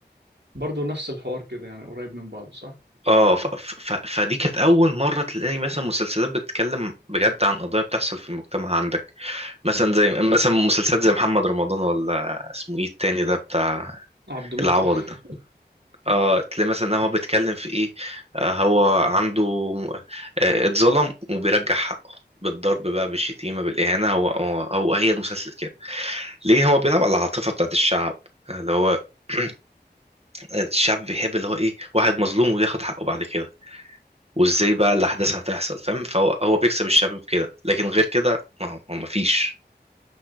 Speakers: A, on the right; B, on the right.
A: برضه نفس الحوار كده يعني قريب من بعضه صح
B: اه ف... ف... ف- فدي كانت اول مره تلاقي مثلا مسلسلات بتتكلم بجد عن قضايا بتحصل في المجتمع عندك مثلا زي مثلا مسلسلات زي محمد رمضان ولا اسمه ايه التاني ده بتاع
A: عبد موتة
B: العوضي
A: <laughs>
B: ده اه تلاقي مثلا إن هو بيتكلم في ايه آه هو عنده آه اتظلم وبيرجع حقه بالضرب بقى بالشتيمه بالاهانه هو هو, هو هي المسلسل كده ليه هو بيلعب على العاطفه بتاعت الشعب آه، اللي هو <clears throat> الشعب بيحب اللي هو ايه واحد مظلوم وياخد حقه بعد كده وازاي بقى الاحداث
A: مم.
B: هتحصل فاهم فهو هو بيكسب الشباب كده لكن غير كده ما ما فيش